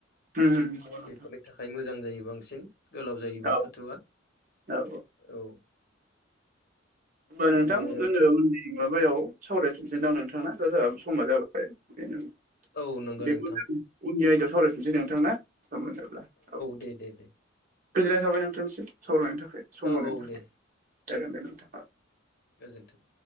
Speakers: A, on the right; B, on the left.
A: उम नंगौ नोंथां
B: बेफोरनि थाखाय मोजां जायो बांसिन गोलाव जायोबा
A: औ
B: फाथोआ
A: औ
B: औ
A: होमबा
B: बिदिनो
A: नोंथां होन मोन माबायाव सावरायफिनसैदां नोंथाङा दा जोंहाबो समा जाबाय बेनो
B: औ नंगौ
A: बेखौ
B: नोंथां
A: जों उननि आयदायाव सावरायफिननोसै नोंथां ना सम मोनोब्ला औ
B: दे दे दे
A: गोजोननाय थाबाय नोंथांनिसिम सावरायनायनि थाखाय सम
B: औ
A: होनायनायनि
B: औ
A: थाखाय
B: दे
A: दागोन दे नोंथाङा
B: गोजोन्थों